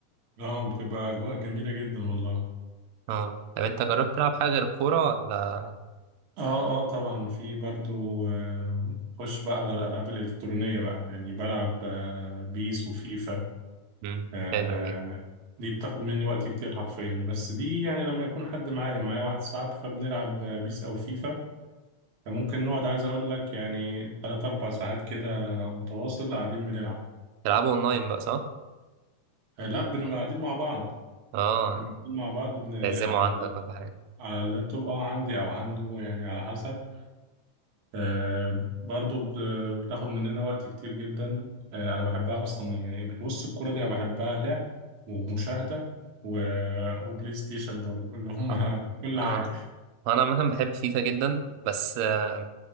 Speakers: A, on the right (about 60°); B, on the right (about 90°).
A: اه بتبقى اجواء جميله جدا والله
B: اه طب انت جربت تلعب حاجة غير الكورة ولا
A: اه اه طبعا في برضو آه، خش بقى على الالعاب الالكترونيه بقى يعني بلعب آه، بيس وفيفا
B: امم
A: آه،
B: حلوة دي
A: دي بتاخد مني وقت كتير حرفيا بس دي يعني لما يكون حد معايا معايا واحد صاحبي فبنلعب آه، بيس او فيفا فممكن نقعد عايز اقول لك يعني تلات اربع ساعات كده متواصل قاعدين بنلعب
B: تلعبوا اونلاين بقى صح؟
A: آه، لا بنبقى قاعدين مع بعض
B: اه
A: قاعدين مع بعض بن...
B: تعزموا
A: على
B: عندك ولا حاجة
A: على اللابتوب اه عندي او عنده يعني على حسب آه برضو بت- بتاخد مننا وقت كتير جدا آه أنا بحبها أصلا يعني بص الكورة دي أنا بحبها لعب ومشاهدة و... وبلاي ستيشن برضو اللي هم
B: آه.
A: <laughs> كل
B: آه.
A: حاجة
B: انا عامه بحب فيفا جدا بس آه،